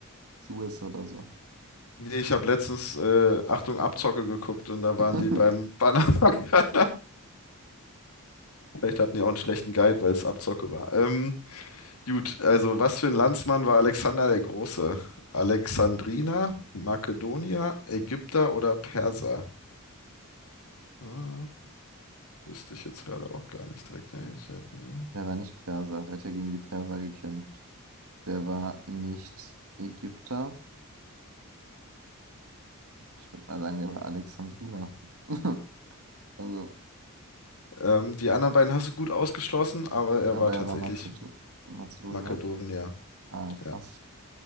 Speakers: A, on the right; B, on the left.
A: Suez oder so.
B: nee, ich habe letztens, äh, Achtung, Abzocke geguckt und da waren
A: <laughs>
B: die beim Panama-Kanal. <laughs> Vielleicht hatten die auch einen schlechten Guide, weil es Abzocke war. Ähm, Gut, also was für ein Landsmann war Alexander der Große? Alexandriner, Makedonier, Ägypter oder Perser? Ah, wüsste ich jetzt gerade auch gar nicht direkt. wenn ich hätte, ne?
A: Der war nicht Perser, der hat ja gegen die Perser gekämpft. Der war nicht Ägypter. Ich würde mal sagen, der war Alexandriner. <laughs> Also,
B: Ähm, die anderen beiden hast du gut ausgeschlossen, aber er
A: aber
B: war tatsächlich
A: er war Mazedo Mazedonier.
B: Makedonier.
A: Ah, krass.
B: Ja.